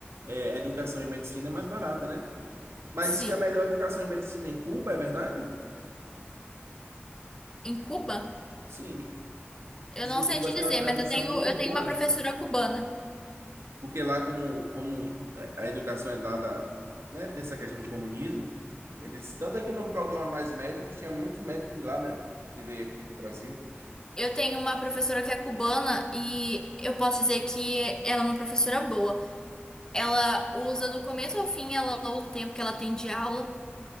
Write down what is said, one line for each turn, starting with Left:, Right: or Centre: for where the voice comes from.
Right: é, a educação e medicina é mais barata, né? Mas
Left: Sim.
Right: diz que a melhor educação e medicina é em Cuba, é verdade?
Left: Em Cuba?
Right: Sim.
Left: Eu
Right: Diz
Left: não
Right: que
Left: sei
Right: Cuba
Left: te
Right: tem
Left: dizer,
Right: uma tradição
Left: mas eu tenho,
Right: muito
Left: eu
Right: boa.
Left: tenho uma professora cubana.
Right: Porque lá, como, como a educação é dada, né, tem essa questão do comunismo, eles, tanto é que no programa Mais Médicos, tinha muito médico de lá, né, que veio aqui pro Brasil.
Left: Eu tenho uma professora que é cubana e eu posso dizer que ela é uma professora boa. Ela usa do começo ao fim, ela usa o tempo que ela tem de aula.